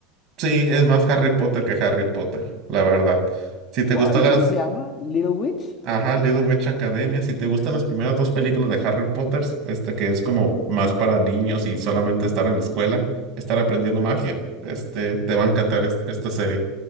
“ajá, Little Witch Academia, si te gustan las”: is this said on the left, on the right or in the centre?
Right